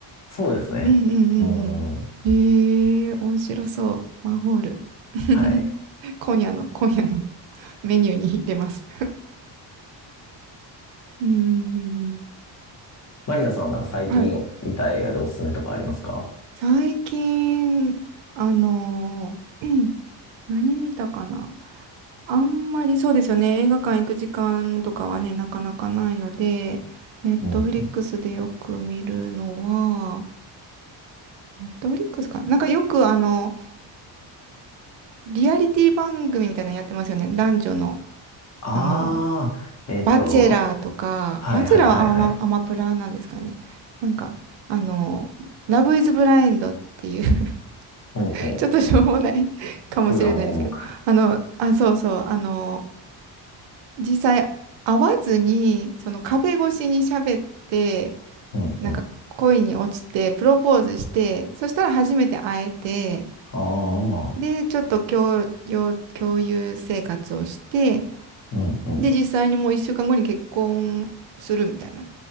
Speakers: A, on the left; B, on the right.
A: そうですね。
B: うんうんうんうん。
A: うん。
B: へえ、面白そう。マンホール。<laughs>
A: はい。
B: 今夜の、今夜のメニューに入れます。うんうんうんうん。
A: マリナさんなんか最近見た映画でおすすめとかありますか
B: はい。最近、あのー何見たかなあんまりそうですよね。映画館行く時間とかはね、なかなかないので、ネットフリックスでよく見るのは、
A: うん。
B: ネットフリックスかななんかよくあの、リアリティ番組みたいなのやってますよね。男女の、
A: ああ、
B: あの、
A: えっと、
B: バチェラーとか、
A: はいはいはいはい。
B: バチェラーはアマ、アマプラなんですかね。なんか、あの、ラブイズブラインドっていう <laughs>
A: ほうほう。
B: ちょっとしょうもない <laughs> かもしれないですけど、
A: 恋は盲目。
B: あの、あ、そうそう、あの、実際会わずにその壁越しに喋って
A: うんうん。
B: なんか恋に落ちてプロポーズしてそしたら初めて会えて
A: ああ、
B: でちょっと共有、共有生活をして
A: うんう
B: で実際にもう1週間後に結婚するみたいな。